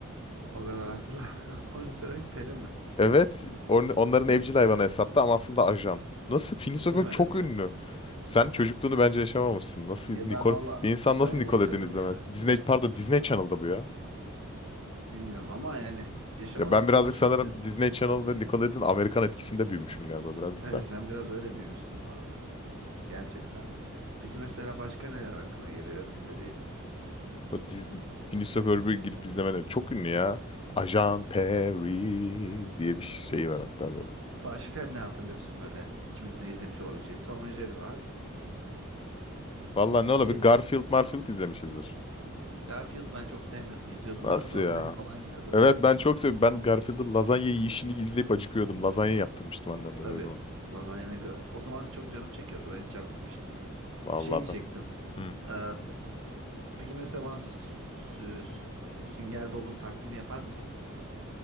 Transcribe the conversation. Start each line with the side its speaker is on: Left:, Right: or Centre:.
Right: O kadar hatırla. <laughs> Monitoring peri mi?
Left: Evet, on- onların
Right: Yok
Left: evcil hayvanı
Right: be.
Left: hesapta ama aslında ajan. Nasıl? Phineas
Right: İzlemedim
Left: O'Connell çok ünlü.
Right: yok.
Left: Sen çocukluğunu bence yaşamamışsın. Nasıl
Right: Ya
Left: Nicole,
Right: ben valla
Left: bir insan nasıl
Right: ben yaşadım
Left: Nickelodeon izlemez?
Right: ya.
Left: Disney, pardon Disney Channel'da bu ya.
Right: Bilmiyorum ama yani yaşamadın
Left: Ya ben birazcık
Right: deme çünkü.
Left: sanırım Disney Channel ve Nickelodeon Amerikan etkisinde büyümüşüm galiba birazcık
Right: Evet
Left: da.
Right: sen biraz öyle büyümüşsün bu arada. Gerçekten. Peki mesela başka neler aklına geliyor izlediğin?
Left: O Disney, Phineas O'Connell'ı gidip izlemene çok ünlü ya. Ajan Perry diye bir şey var hatta böyle.
Right: Başka ne hatırlıyorsun böyle ikimiz ne izlemiş olabileceği? Tom and Jerry var.
Left: Vallahi
Right: Peki
Left: ne olabilir? Garfield, Marfield izlemişizdir.
Right: Garfield ben çok sevmiyordum. izliyordum
Left: Nasıl
Right: da lazanya
Left: ya?
Right: falan yiyordu.
Left: Evet ben çok seviyorum. Ben Garfield'ın lazanya yiyişini izleyip acıkıyordum. Lazanya yaptırmıştım annemlere
Right: Tabii
Left: o zaman.
Right: lazanya ne kadar... O zaman çok canım çekiyordu. Ben hiç yapmamıştım.
Left: Vallahi
Right: Şey diyecektim.
Left: ben Hı.
Right: Ee, peki mesela bana sü- sü- sü- Sünger Bob'un taklidini yapar mısın?